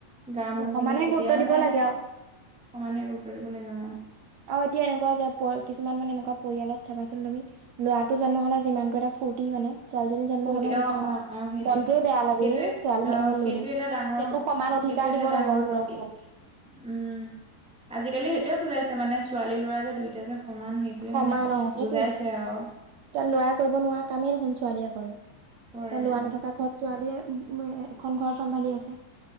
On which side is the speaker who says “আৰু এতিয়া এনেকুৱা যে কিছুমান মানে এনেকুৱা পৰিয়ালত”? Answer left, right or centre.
Right